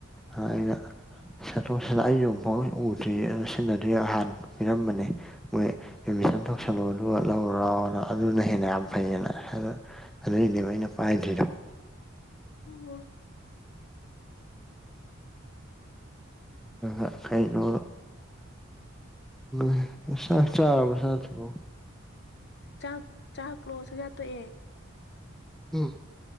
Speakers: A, in the centre; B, on the left.
A: ꯑꯩꯅ ꯁꯇꯣꯁꯅ ꯑꯩ ꯑꯃꯨꯛꯐꯥꯎ ꯎꯗ꯭ꯔꯤꯌꯦ ꯑꯗꯨ ꯁꯤꯖꯤꯟꯅꯗ꯭ꯔꯤꯌꯦ ꯅꯍꯥꯟ ꯄꯤꯔꯝꯕꯅꯦ꯫ ꯃꯣꯏ ꯑꯦꯠꯃꯤꯁꯟ ꯇꯧꯁꯜꯂꯣ ꯑꯗꯨꯒ ꯂꯧꯔꯣ ꯂꯥꯎꯅ ꯑꯗꯨꯅ ꯍꯦꯟꯅ ꯌꯥꯝ ꯐꯩꯌꯦꯅ ꯑꯗꯨ ꯑꯗꯨꯅꯦꯕ ꯑꯩꯅ ꯄꯥꯏꯗ꯭ꯔꯤꯗꯣ꯫
B: ꯑꯣ꯫
A: <unintelligible> ꯀꯩꯅꯣ <unintelligible> ꯆꯥꯛ ꯆꯥꯔꯕꯣ ꯆꯥꯗꯔꯤꯕꯣ꯫
B: ꯆꯥꯛ ꯆꯥꯛꯂꯣ ꯆꯥꯛꯆꯥ ꯇꯣꯛꯑꯦ꯫
A: ꯎꯝ꯫